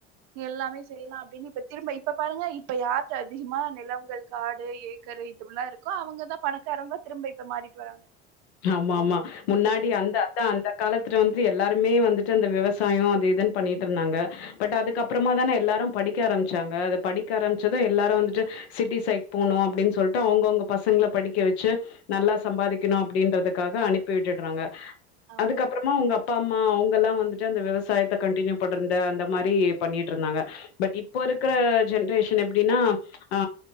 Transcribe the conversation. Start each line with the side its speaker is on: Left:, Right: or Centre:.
Right: எல்லாமே செய்யலா அப்டின்னு இப்ப திரும்ப இப்ப பாருங்க இப்ப யார்ட்ட அதிகமா நிலங்கள் காடு ஏரி க்கரை இதுவெல்லா இருக்கோ அவுங்க தா பணக்காரங்களா திரும்ப இப்ப மாறிட்டு வராங்க
Left: ஆமா ஆமா முன்னாடி அந்த அதான் அந்த காலத்துல வந்து எல்லாருமே வந்துட்டு அந்த விவசாயோ அது இதுன்னு பண்ணிட்டு இருந்தாங்க பட் அதுக்கப்புறமா தான எல்லாரு படிக்க ஆரம்பிச்சாங்க அத படிக்க ஆரம்பிச்சது எல்லாரும் வந்துட்டு சிட்டி சைட் போனு அப்டின்னு சொல்ட்டு அவுங்கவுங்க பசங்கள படிக்க வச்சு நல்லா சம்பாதிக்கணு அப்டின்றதுக்காக அனுப்பி விட்டுடுறாங்க
Right: ஆமா
Left: அதுக்கப்பற மா உங்க அப்பா அம்மா அவுங்கல்லா வந்துட்டு அந்த விவசாயத்த கண்டினியூ பண்றந்த அந்த மாரி பண்ணிட்ருந்தாங்க பட் இப்ப இருக்கிற ஜென்ரேஷன் எப்டின்னா ஆ